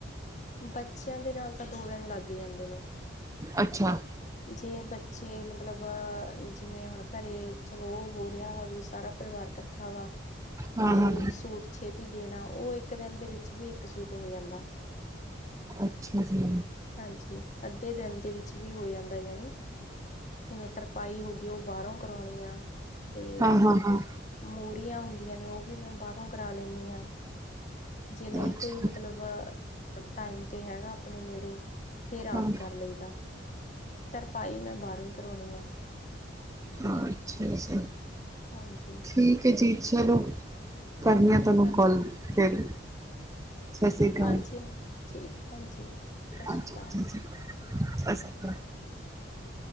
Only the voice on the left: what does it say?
ਬੱਚਿਆਂ ਦੇ ਨਾਲ, ਤਾਂ ਦੋ ਦਿਨ ਲੱਗ ਜਾਂਦੇ ਨੇ
ਜੇ ਬੱਚੇ ਮਤਲਬ ਜਿਵੇਂ ਹੁਣ, ਘਰੇ ਚਲੋ ਉਹ ਹੋ ਰਿਹਾ ਵਾ, ਵੀ ਸਾਰਾ ਪਰਿਵਾਰ ਇਕੱਠਾ ਵਾ
ਵੀ
ਸੂਟ ਛੇਤੀ ਦੇਣਾ, ਉਹ ਇੱਕ ਦਿਨ ਦੇ ਵਿੱਚ ਵੀ ਇੱਕ ਸੂਟ ਹੋ ਜਾਂਦਾ
ਹਾਂਜੀ, ਅੱਧੇ ਦਿਨ ਦੇ ਵਿੱਚ ਵੀ ਹੋ ਜਾਂਦਾ, ਜਾਣੀ ਜਿਵੇਂ ਤਰਪਾਈ ਹੋਗੀ, ਉਹ ਬਾਹਰੋਂ ਕਰਾਓਣੀ ਆ, ਤੇ
ਮੂਰੀਆਂ ਹੁੰ ਹੁੰਦੀਆਂ ਨੇ, ਉਹ ਵੀ ਮੈਂ ਬਾਹਰੋਂ ਕਰਾ ਲੈਂਨੀ ਆਂ ਜੇ ਨਹੀਂ
ਕੋਈ ਮਤਲਬ, ਟਾਈਮ ਤੇ ਹੈਗਾ ਆਪਣੇ ਨੇੜੇ ਫੇਰ ਆਪ
ਕਰ ਲਈਦਾ, ਤਰਪਾਈ 'ਮੈਂ 'ਬਾਹਰੋਂ ਕਰਾਉਣੀ ਆ
ਹਾਂਜੀ
ਹਾਂਜੀ
ਹਾਂਜੀ ਠੀਕ ਹੈ ਭੈਣ ਜੀ ਸਤਿ ਸ਼੍ਰੀ
ਅਕਾਲ
<inaudible> <inaudible>